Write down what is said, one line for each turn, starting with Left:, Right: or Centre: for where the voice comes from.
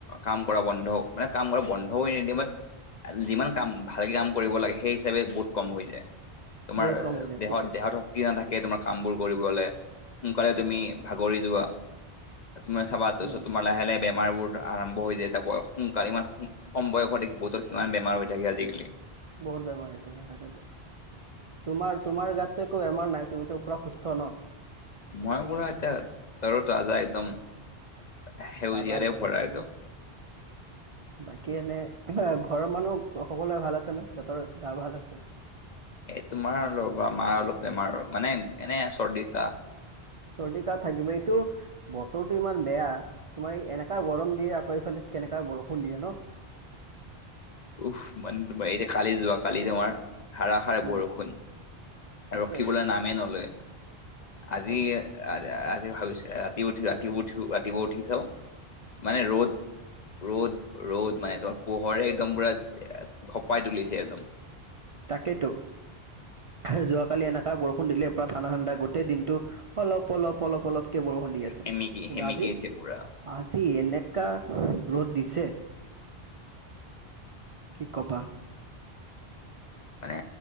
Left: কাম কৰা বন্ধ মানে কাম কৰা বন্ধ হৈ নিদিয়ে ম যিমান কাম ভালকে কাম কৰিব লাগে সেই হিচাপে বহুত কম হৈ যায়। তোমাৰ
Right: বহুত কম হৈ যায়
Left: দেহত
Right: ঠিকে
Left: দেহতো শক্তি নাথাকে তোমাৰ কামবোৰ কৰিবলৈ, সোনকালে তুমি ভাগৰি যোৱা। তুমি চাবা তাৰপিছত
Right: উম
Left: তোমাৰ লাহে - লাহে বেমাৰবোৰ আৰম্ভ হৈ যায়, এটা বয়স সোনকালে ইমান কম বয়স হৈ থাকে বহুতৰে কিমান বেমাৰ হৈ থাকে আজিকালি।
Right: বহুত বেমাৰ হৈ থাকে তাকেতো। তোমাৰ, তোমাৰ গাততো একো বেমাৰ নাই তুমিতো পুৰা সুস্থ ন?
Left: মই পুৰা এতিয়া <inaudible> তাজা একদম সেউজীয়াৰে
Right: তাজা
Left: ভৰা
Right: পুৰা
Left: একদম।
Right: ন
Left: <unintelligible>
Right: বাকী এনে ঘৰৰ মানুহ সকলোৱে ভাল আছে ন' সিহঁতৰ গা ভাল আছে?
Left: এই তোমাৰ ৰবা! মাৰ অলপ বেমাৰ মানে এনে চৰ্দি কাহ।
Right: চৰ্দি, কাহ থাকিব এইটো বতৰটো ইমান বেয়া, তোমাৰ এনেকা গৰম দিয়ে আকৌ এইফালে কেনেকা বৰষুণ দিয়ে ন'?
Left: উহ, মানে তোমাৰ এতিয়া কালি যোৱাকালি তোমাৰ ধাৰাসাৰ
Right: উম
Left: বৰষুণ,
Right: তাকে
Left: ৰখিবলৈ নামেই নলয়
Right: একদম
Left: আজি আ আ আজি ভাবিছে ৰাতি উঠি ৰাতিপুৱা উঠি ৰাতিপুৱা উঠি চাও মানে ৰ'দ ৰ'দ ৰ'দ মানে তোমাৰ পোহৰে একদম পুৰা খপাই তুলিছে একদম।
Right: তাকেইেতো, আহাঁ যোৱাকালি এনেকা বৰষুণ দিলে পুৰা ঠাণ্ডা- ঠাণ্ডা গোটেই দিনটো অলপ, অলপ, অলপ অলপকে বৰষুণ দি আছে
Left: সেমেকি
Right: কিন্তু
Left: সেমেকিছে
Right: আজি
Left: পুৰা
Right: - আজি এনেকা ৰ'দ দিছে কি ক'বা?
Left: মানে